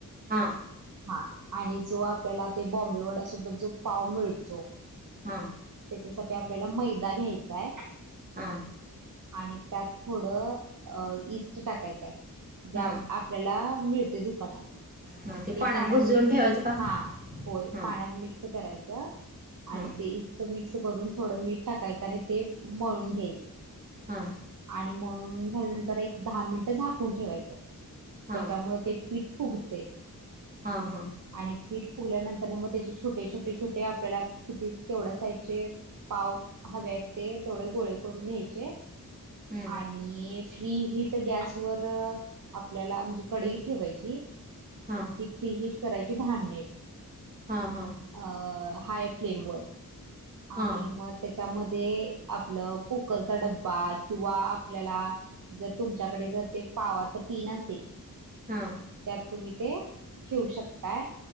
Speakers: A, on the right (about 25°); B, on the right (about 55°).
A: हा
B: हा आणि जो आपल्याला ते बॉम्बे वड्यासोबत जो पाव मिळतो.
A: हा.
B: त्याच्यासाठी आपल्याला मैदा घ्यायचाय.
A: हां
B: आणि त्यात थोडं अ इस्ट टाकायचा आहे जे
A: हां
B: आपल्याला मिळते दुकानात
A: हां
B: ते पाण्यात
A: बुजवून
B: मी
A: ठेवायचं का
B: हा होय
A: हां
B: पाहण्यात मी. करायचं
A: हां
B: आणि ते इस् मिक्स करून थोडं मीठ. टाकायच आणि ते मळून घ्यायचं.
A: हा.
B: आणि म्हून झाल्यानंतर एक दहा मिनिट झाकून ठेवायचं
A: हां
B: त्याच्यामुळे ते. पीठ फुगते.
A: हा हा.
B: आणि पीठ फुगल्यानंतर मग त्याचे छोटे छोटे छोटे आपल्याला किती केवढ्या साईजचे पाव हव्यात ते तेवढे गोळे करून घ्यायचे.
A: हं
B: आणि फ्री हिट गॅसवरर. आपल्याला म्हणजे कडई ठेवायची.
A: हां
B: आणि ती फ्री हट करायची दहा मिनिट.
A: हा हा.
B: अ, हाय फ्लेमवर.
A: हां
B: आणि मग त्याच्यामध्ये, आपलं कुकरचा डब्बा. किंवा आपल्याला जर तुमच्याकडे जर, ते पावाच टीन असेल.
A: हां.
B: त्यात तुम्ही ते, ठेवू शकताय.